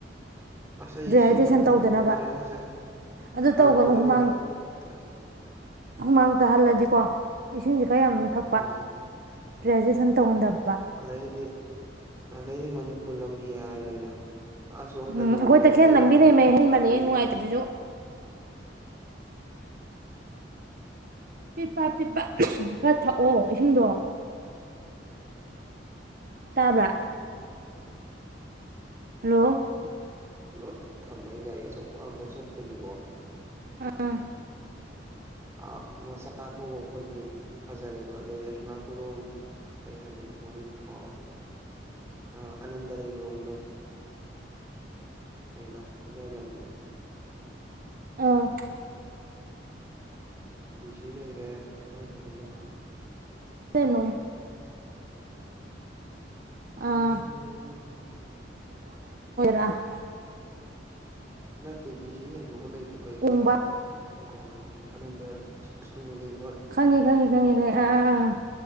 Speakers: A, on the right; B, on the right.
A: ꯉꯁꯥꯏ ꯑꯩ
B: ꯗꯤꯍꯥꯏꯗ꯭ꯔꯦꯁꯟ
A: ꯏꯁꯤꯡ ꯑꯝꯇ
B: ꯇꯧꯗꯅꯕ
A: ꯄꯨꯗ꯭ꯔꯦꯗ ꯉꯁꯥꯏ
B: ꯑꯗꯨ
A: ꯍꯜꯂꯛꯄꯗ
B: ꯇꯧꯒꯅꯨ
A: ꯑꯣꯏꯅ
B: ꯍꯨꯃꯥꯡ
A: ꯊꯣꯛꯑꯦ
B: ꯍꯨꯃꯥꯡ꯫ ꯆꯥꯍꯜꯂꯗꯤꯀꯣ ꯏꯁꯤꯡꯁꯤꯦ ꯈꯔ ꯌꯥꯝ ꯊꯛꯄ
A: ꯎꯝ
B: ꯔꯦꯖꯁꯟ ꯇꯉꯗꯕ
A: ꯑꯗꯩꯗꯤ ꯑꯗꯩꯗꯤ ꯃꯅꯤꯄꯨꯔ ꯂꯝꯕꯤ ꯍꯥꯏꯔꯦꯅ ꯑꯁꯣꯝ ꯀꯩꯅꯣꯝꯗꯒꯤ
B: ꯎꯝ ꯑꯈꯣꯏ ꯇꯥꯈꯜ ꯂꯝꯕꯤꯅꯥ ꯃꯍꯦꯅꯕꯥ
A: ꯀꯔꯤꯕ
B: ꯅꯤꯍꯦ ꯅꯨꯡꯒꯥꯏꯇꯥꯕꯥ ꯁꯤꯁꯨ ꯄꯤꯠꯄ ꯄꯤꯠꯄ ꯈꯔ ꯊꯛꯑꯣ ꯏꯁꯤꯡꯗꯣ ꯇꯥꯕ꯭ꯔꯥ ꯍꯜꯂꯣ
A: ꯂꯣꯏ ꯊꯝꯕ ꯑꯩ ꯒꯥꯔꯤ ꯑꯆꯧꯕ ꯉꯥꯛꯇ ꯆꯠꯄꯒꯤꯀꯣ
B: ꯎꯝ
A: ꯑꯥ ꯃꯆꯥ ꯊꯧꯕ ꯑꯩꯈꯣꯏꯗꯤ ꯐꯖꯔꯦꯕ ꯑꯗꯩꯗꯤ ꯑꯁꯣꯝ ꯅꯥꯀꯟꯂꯣꯝ ꯀꯩ ꯍꯥꯏꯗꯣꯏꯅꯣ ꯃꯃꯤꯡꯗꯣ ꯀꯥꯎꯔꯦ ꯑꯥ ꯑꯅꯟꯗ ꯂꯩꯕ ꯔꯣꯝꯗꯣ ꯀꯩꯕꯥ ꯑꯗꯨꯋꯥꯏ ꯂꯝ
B: ꯑꯥ <inaudible>
A: ꯗꯤꯁꯤ ꯂꯩꯔꯦ ꯑꯋꯥꯏ ꯂꯟꯗꯣ ꯀꯩꯅꯣ
B: ꯀꯅꯣ
A: ꯎꯝ
B: ꯑꯥ <unintelligible>
A: ꯅꯠꯇꯦ ꯗꯤ ꯁꯤ ꯍꯦꯟꯗꯣꯛꯑꯒ ꯂꯩ ꯑꯗꯨ ꯀꯩꯕ
B: ꯄꯨꯡꯕ
A: ꯑꯗꯨ ꯀꯥꯎꯔꯣꯏꯅꯦ ꯑꯅꯟꯗ ꯁꯨꯀꯨꯝꯉ ꯂꯩ
B: ꯈꯪꯅꯤꯤ ꯈꯉꯅꯤ ꯈꯪꯉꯤ ꯈ ꯑ ꯑꯥ